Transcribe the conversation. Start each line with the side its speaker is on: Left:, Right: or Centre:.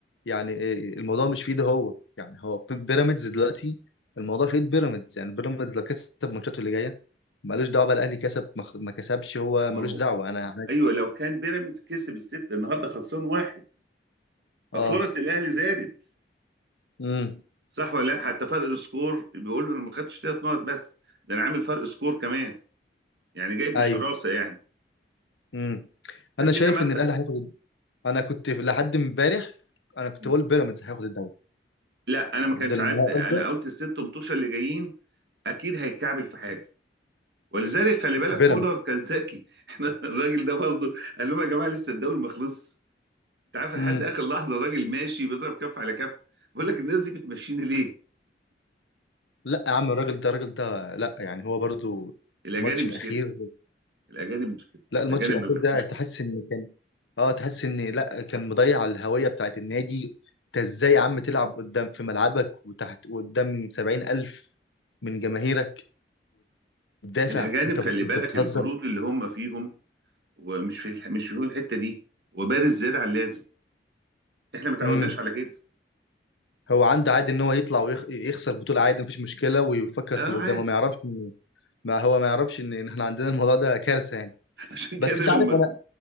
Left: يعني إيه، الموضوع مش في ايده هو يعني هو بيراميدز دلوقتي الموضوع في ايد بيراميدز يعني بيراميدز لو كسب ماتشاته اللي جايه مالوش دعوه بقى الاهلي كسب ما خ- ما كسبش هو
Right: ما
Left: مالوش
Right: هو
Left: دعوه انا هناك
Right: ايوه لو كان بيراميدز كسب الست النهارده خسران واحد
Left: اه
Right: ففرص الاهلي زادت
Left: امم
Right: صح ولا لا حتى فرق السكور بيقول له انا ما خدتش ثلاث نقط بس ده انا عامل فرق سكور كمان يعني جاي بشراسه
Left: ايوه
Right: يعني
Left: امم
Right: فكده
Left: انا شايف
Right: مثلا
Left: ان الاهلي هياخد انا كنت في- لحد امبارح انا كنت
Right: م.
Left: بقول بيراميدز هياخد الدوري
Right: لا انا ما كانش
Left: ده النهارده
Right: عاد انا قلت الست متوشه اللي جايين اكيد هيتكعبل في حاجه ولذلك خلي بالك
Left: بيراميدز
Right: كولر كان ذكي <laughs> احنا الراجل ده برضه قال لهم يا جماعه لسه الدوري ما خلصش انت عارف لحد
Left: امم
Right: اخر لحظه الراجل ماشي بيضرب كف على كف بقول لك الناس دي بتمشيني ليه؟
Left: لا يا عم الراجل ده الراجل ده لا يعني هو برضو
Right: الاجانب
Left: الماتش
Right: مش
Left: الاخير
Right: كده الاجانب مش كده
Left: لا الماتش
Right: الاجانب
Left: الاخير
Right: ما بيحبوش
Left: ده تحس
Right: كده
Left: ان كان اه تحس ان لا كان مضيع الهويه بتاعت النادي انت ازاي يا عم تلعب قدام في ملعبك وتحت قدام سبعين الف من جماهيرك وتدافع
Right: الاجانب
Left: انت
Right: خلي
Left: بت... انت
Right: بالك
Left: بتهزر
Right: البرود اللي هم فيهم ومش في الح- مش فيهم الحته دي وبارز زياده عن اللازم احنا ما تعودناش
Left: امم
Right: على كده
Left: هو عنده عادي ان هو يطلع ويخسر بطوله عادي مفيش مشكله ويفكر
Right: اه
Left: في اللي
Right: عادي
Left: قدام هو ما يعرفش إن- ما هو ما يعرفش ان إن احنا عندنا الموضوع ده كارثه يعني
Right: عشان
Left: بس
Right: كده
Left: انت
Right: لما
Left: عارف انا